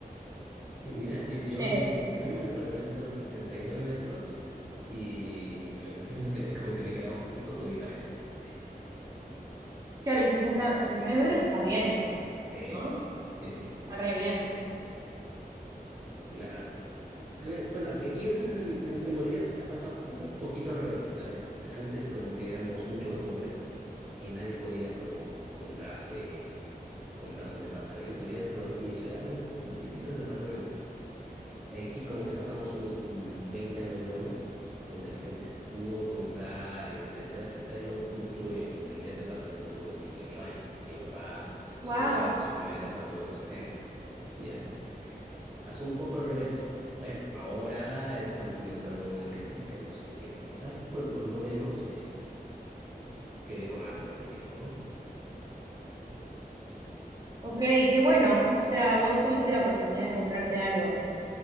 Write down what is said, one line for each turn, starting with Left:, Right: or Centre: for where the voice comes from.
Centre: Sí, mira, yo, yo
Right: Eh,
Centre: vivo, yo vivo en un departamento de 69 metros y me- <laughs> pienso que me, como que me quedaba justo con mi pareja. así.
Right: claro, y 60, 69 metros está bien,
Centre: Sí,
Right: ¿no?
Centre: sí, sí,
Right: Está re bien.
Centre: claro. A ver, bueno, aquí, aquí en, en, en Bolivia ha pasado un, un poquito al revés, ¿sabes? Antes como que éramos mucho más pobres y nadie podía como comprarse, comprarse un departamento. Había, por mi ciudad, había pocos edificios de departamentos. Aquí como que pasamos unos 20 años buenos, donde la gente se pudo comprar, etcétera, etcétera. Yo tu- tuve mi primer departamento, lo tuve a los 28 años. Mi papá,
Right: wow.
Centre: su primera, su primera casa lo tuvo a los 70. ¿ya? Pasó un poco al revés. Bueno, ahora estamos como entrando en una crisis que no sé qué vaya a pasar. Bueno, por lo menos eh, quedé con algo de ese tiempo, ¿no?
Right: Ok, qué bueno. O sea, vos tuviste la oportunidad de comprarte algo.